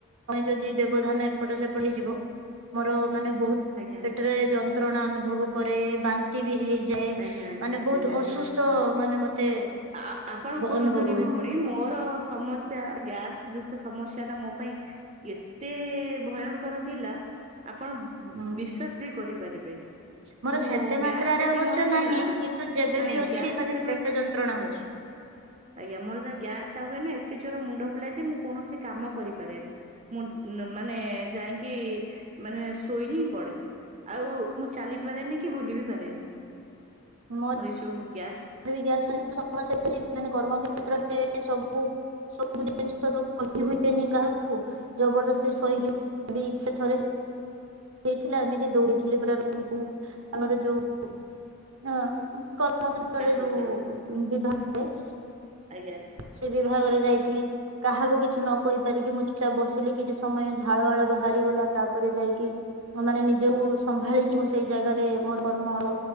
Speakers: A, on the right (about 65°); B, on the right (about 30°).
A: ଯଦି ବ୍ୟବଧାନ ଏପଟ ସେପଟ ହେଇଯିବ ମୋର ମାନେ ବହୁତ
B: ଆଜ୍ଞା ଆଜ୍ଞା
A: ପେଟରେ ଯନ୍ତ୍ରଣା ଅନୁଭବ କରେ ବା ବାନ୍ତି ହେଇଯାଏ
B: ଆଜ୍ଞା ଆଜ୍ଞା
A: ମାନେ ବହୁତ
B: ଆଜ୍ଞା ଆଜ୍ଞା।
A: ଅସୁସ୍ଥ ମାନେ ମତେ
B: ଆ ଆପଣ କୁହନ୍ତୁ
A: ଅନୁଭବ ହୁଏ
B: ଭୁଲ। ମୋର ସମସ୍ୟା ଗ୍ୟାସ ଯୁକ୍ୟ ସମସ୍ୟା ଟା ମୋ ପାଇଁ ଏତେ ଭୟଙ୍କର ଥିଲା ଆପଣ
A: ହୁଁ।
B: ବିଶ୍ୱାସ କରିପାରିବେନି
A: ମୋର
B: ମୁଁ
A: ସେତେ ମାତ୍ରାରେ
B: ଗ୍ୟାସ
A: ଅବଶ୍ୟ
B: ମୋର
A: ନାହିଁ
B: ହେଲା
A: କିନ୍ତୁ ଯେବେବି
B: ନାଇଁ
A: ଅଛି
B: ଗ୍ୟାସ
A: ମାନେ
B: ଯେତେବେଳେ
A: ପେଟ ଯନ୍ତ୍ରଣା ହଉଛି।
B: ଆଜ୍ଞା ମୋର ଏବେ ଗ୍ୟାସ ଟା ହୁଏ ନା ଏତେ ଜୋରସେ ମୁଣ୍ଡ ବୁଲା ଯେ ମୁ କୌଣସି କାମ କରିପାରେନି। ମୁଁ ମାନେ ଯାଇକି ମାନେ ଶୋଇ ହିଁ ପଡେ। ଆଉ ମୁଁ ଚାଲି ପାରେନି କି ଭୁଲି ବି ପାରେନି।
A: <inaudible>
B: ମର ଏ ସବୁ ଗ୍ୟାସ୍
A: ଗ୍ୟା ସମସି ଅଛି ମାନ କର୍ମ କେତ୍ରରେ <unintelligible> ସବୁ ଜିନିଷ ତ କହି ହୁଏନି କାହାକୁ ଜବରଦସ୍ତି ସହିକି ସେ ଥରେ ହାଇଥିଲା ଏମିତି ଦୌଡି ଥିଲି ପୁରା ରୁମକୁ ଆମର ଯୋଉ <unintelligible> ମ କ୍ଷେତ୍ରରେ
B: ଦାସ
A: ଯୋଉ
B: ଆଜ୍ଞା
A: ବିଭାଗ <unintelligible>
B: ଆଜ୍ଞା।
A: ସେ ବିଭାଗରେ ଯାଇଥିଲି। କାହାକୁ କିଛି ନ କହି ପାରିକି ମୁଁ ଚୁପ ଚାପେ ବସିଲି କିଛି ସମୟ ଝାଳ ହାଳ ବାହାରିଗଲା ତାପରେ ଯାଇକି। ମାନେ ନିଜକୁ ସମ୍ଭାଳିକି ମୁଁ ସେଇ ଜାଗାରେ ମୋର କର୍ମର